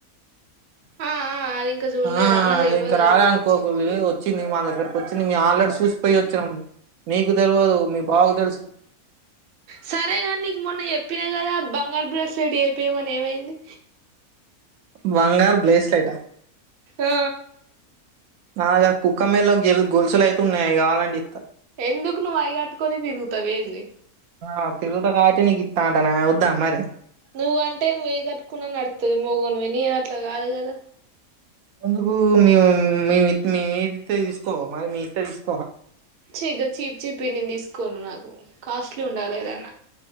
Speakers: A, on the right (about 55°); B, on the right (about 75°).
A: ఆ అది ఇంకా చూడలేరా
B: ఆ
A: నాకు తెల్వదు
B: ఇంకా రాలే
A: దాని గురించి
B: అనుకోకుళ్ళి వచ్చింది, మా దగ్గరకు వచ్చింది మేము ఆల్రెడీ సూసిపోయి వచ్చినం. మీకు తెల్వదు మీ బావకు తెలుసు
A: సరేగని నీకు మొన్న చెప్పినా కదా, బంగారు బ్రాస్లైట్ చేపీయమని ఏమైంది?
B: బంగారు బ్రెస్లైట?
A: ఆ
B: నా దగ్గర కుక్క మెళ్ళ గెల్ గొలుసులు అయితే ఉన్నయి అయి గావలంటే ఇత్తా.
A: ఎందుకు నువ్వు అయి కట్టుకొని తిరుగుతావేంది
B: ఆ తిరుగుతం కాబట్టే నీకు ఇత్తా అం టనా వద్దా మరి?
A: నువ్వంటే నువ్వు ఏది కట్టుకున్నా నడుత్తది మోగోనివి, నేను అట్ల కాదు కదా
B: ఎందుకు మేము మేము ఇత్ నేను ఏద్దిత్తే అది తీసుకోవ మరి, మీయి ఇత్తే తీసుక్
A: చిదు చీప్ చీపియి నేను తీసుకోను నాకు, కాస్ట్లీ ఉండాలి ఏదన్న.